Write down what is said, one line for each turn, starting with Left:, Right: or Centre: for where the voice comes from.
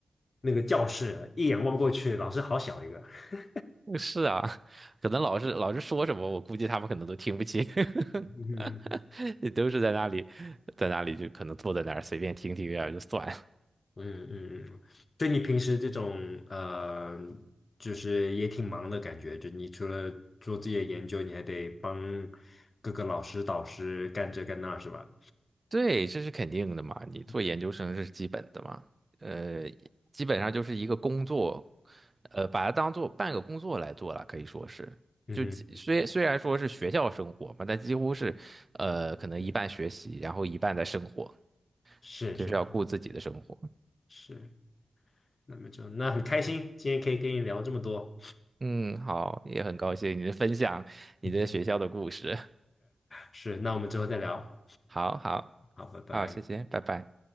Left: 那个教室一眼望过去，老师好小一个。<laughs>
Right: 是啊，可能老师老师说什么，我估计他们可能都听不清，
Left: 嗯
Right: <laughs> 也都是在那里，在那里就可能坐在那儿随便听听然后就算。
Left: 嗯嗯，所以你平时这种呃，就是也挺忙的感觉，就你除了做自己的研究，你还得帮各个老师导师干这干那，是吧？
Right: 对，这是肯定的嘛，
Left: 嗯
Right: 你做研究生是基本的嘛，呃，基本上就是一个工作，呃，把它当做半个工作来做了，可以说是，
Left: 嗯哼，
Right: 就几虽虽然说是学校生活嘛，但几乎是，呃，可能一半学习，然后一半在生活，
Left: 是是
Right: 就是要顾自己的生活。
Left: 是，那么就那很开心，今天可以跟你聊这么多。
Right: 嗯，好，也很高兴你的分享，你的学校的故事。
Left: <laughs>
Right: <laughs>
Left: 是，那我们之后再聊。
Right: 好好
Left: 好，拜拜。
Right: 好，谢谢，拜拜。